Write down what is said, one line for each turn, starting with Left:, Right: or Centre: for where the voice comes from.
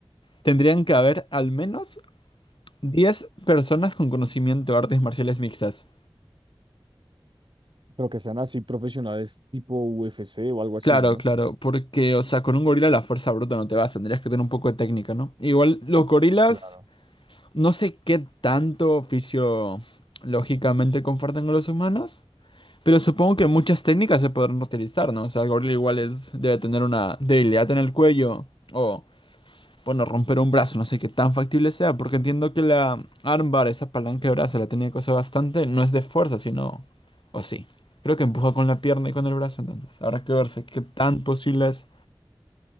Left: tendrían que haber al menos 10 personas con conocimiento de artes marciales mixtas.
Right: pero que sean así profesionales tipo UFC o algo así,
Left: Claro,
Right: ¿no?
Left: claro, porque, o sea, con un gorila la fuerza bruta no te vas, tendrías que tener un poco de técnica, ¿no? Igual los gorilas,
Right: Claro.
Left: no sé qué tanto oficio lógicamente comparten con los humanos. Pero supongo que muchas técnicas se podrán utilizar, ¿no? O sea, el gorila igual es, debe tener una debilidad en el cuello o, bueno, romper un brazo, no sé qué tan factible sea, porque entiendo que la armbar, esa palanca de brazo, la tenía que usar bastante, no es de fuerza, sino, o sí. Creo que empuja con la pierna y con el brazo, entonces. Habrá que verse qué tan posible es.